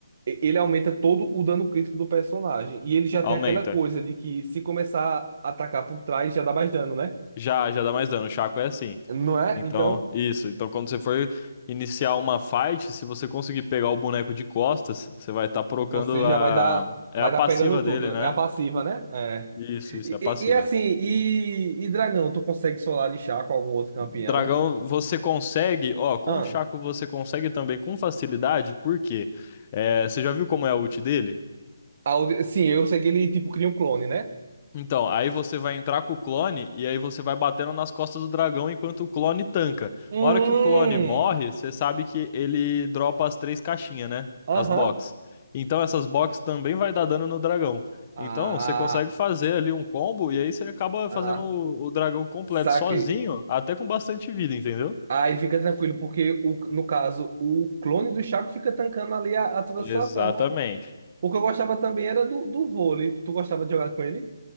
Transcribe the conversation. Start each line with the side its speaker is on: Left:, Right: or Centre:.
Right: e- ele aumenta todo o dano crítico do personagem. E ele já
Left: Aumenta.
Right: tem aquela coisa de que se começar a atacar por trás, já dá mais dano, né?
Left: Já, já dá mais dano. O Chaco é assim.
Right: Não é?
Left: Então,
Right: Então,
Left: isso. Então, quando você for iniciar uma fight, se você conseguir pegar o boneco de costas, você vai estar procando
Right: você já
Left: a
Right: vai dar,
Left: é
Right: vai
Left: a
Right: dar
Left: passiva
Right: pegando tudo.
Left: dele, né?
Right: É a passiva, né? É.
Left: Isso, isso
Right: E,
Left: é a
Right: e-
Left: passiva.
Right: e assim, e, e Dragão, tu consegue solar de chá com algum outro campeão?
Left: Dragão, você consegue, ó, com
Right: Ah,
Left: o Chaco você consegue também com facilidade, por quê? É, você já viu como é a ult dele?
Right: Audi- sim, eu sei que ele, tipo, cria um clone, né?
Left: Então, aí você vai entrar com o clone e aí você vai batendo nas costas do dragão enquanto o clone tanca.
Right: Hum,
Left: A hora que o clone morre, você sabe que ele dropa as três caixinhas, né?
Right: aham.
Left: As box. Então essas box também vai dar dano no dragão.
Right: Ah,
Left: Então, você consegue fazer ali um combo e aí você acaba
Right: ah,
Left: fazendo o o dragão completo
Right: saquei.
Left: sozinho, até com bastante vida, entendeu?
Right: Aí fica tranquilo, porque o, no caso, o clone do Chaco fica tancando ali a, a toda
Left: Exatamente.
Right: a situação, né? O que eu gostava também era do, do vôlei. Tu gostava de jogar com ele?